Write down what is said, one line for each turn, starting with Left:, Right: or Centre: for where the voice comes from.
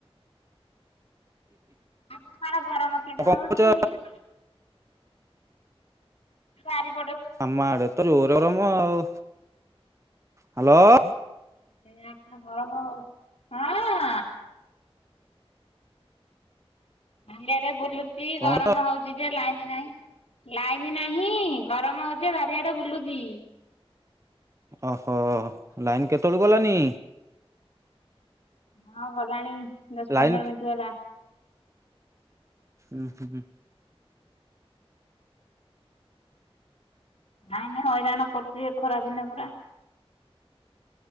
Left: ଆ ତମର ଗରମ କେମିତି
Right: କଣ
Left: ହଉଛି?
Right: କରୁଛ?
Left: ସାର ପି
Right: ଆମ ଆଡେ ତ ଜୋରେ ଗରମ ଆଉ। ହାଲୋ।
Left: ଏଇଆ ତ ଗରମ ହଉଛି ହଁ। ବାଲି ଆଡ଼େ ବୁଲୁଚି।
Right: କଣ
Left: ଗରମ
Right: କରୁଛ
Left: ହଉ ଲାଇନ୍‌ ନାହିଁ। ଲାଇନ ନାହିଁ ଗରମ ହଉଛି ବାରିଆଡେ ବୁଲୁଛି।
Right: ଓହୋ ଲାଇନ୍ କେତେବେଳୁ ଗଲାନି?
Left: ହଁ ଗଲାଣି ଦଶ
Right: ଲାଇନ
Left: ପନ୍ଦର ମିନିଟ୍ ହେଲା।
Right: ଉଁ ହୁଁ।
Left: ଲାଇନ ହଇରାଣ କରୁଛି ଏ ଖରା ଦିନେ ପୁରା।